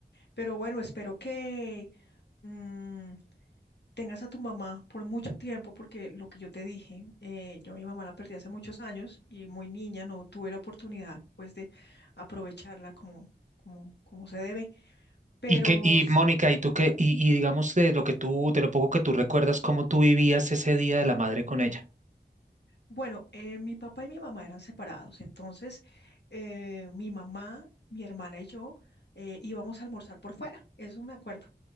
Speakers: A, on the left; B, on the right.
A: Pero bueno, espero que mm, tengas a tu mamá por mucho tiempo, porque lo que yo te dije, eh, yo a mi mamá la perdí hace muchos años y muy niña no tuve la oportunidad pues de aprovecharla como, como, como se debe. Pero
B: Y que, y Mónica, ¿y tú qué? Y, y digamos de lo que tú, de lo poco que tú recuerdas, cómo tú vivías ese día de la madre con ella.
A: Bueno, eh, mi papá y mi mamá eran separados, entonces eh, mi mamá, mi hermana y yo eh, íbamos a almorzar por fuera, eso me acuerdo,